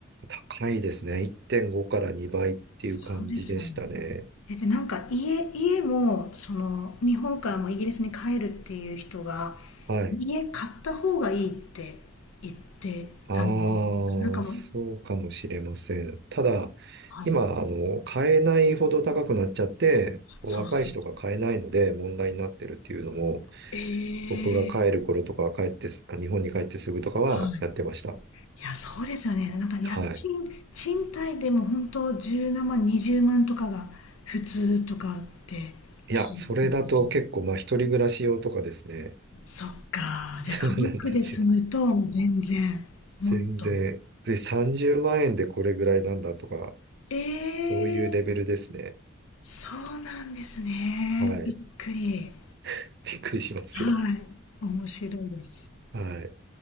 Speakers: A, on the right; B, on the left.
A: 高いですね。1.5から2倍っていう感じでしたね。
B: そうですよね。え、で、なんか家、家も、その、日本からもイギリスに帰るっていう人が、
A: はい。
B: 家買った方がいいって言ってたのを覚えてます。
A: あ
B: なんかもう、
A: あ、そうかもしれません。ただ、
B: はい。
A: 今、あの、買えないほど高くなっちゃって、
B: そうそう。
A: 若い人が買えないので問題になってるっていうのも、
B: ええ
A: 僕が帰る頃とか、帰ってす、あ日本に帰ってすぐとかはやってました。
B: はい。いや、そうですよね。なんか家賃、
A: はい。
B: 賃貸でも本当17万、20万とかが普通とかって聞いたこと。
A: いや、それだと結構、まあ、一人暮らし用とかですね。
B: そっか。
A: <laughs>
B: じゃあ家族で住むともう全然もっと。
A: そうなんですよ。全然。で、30万円でこれぐらいなんだとか、
B: ええー
A: そういうレベルですね。
B: そうなんですね。
A: はい。
B: びっくり。
A: <laughs> びっくりしますよ。
B: はい。面白いです。
A: はい。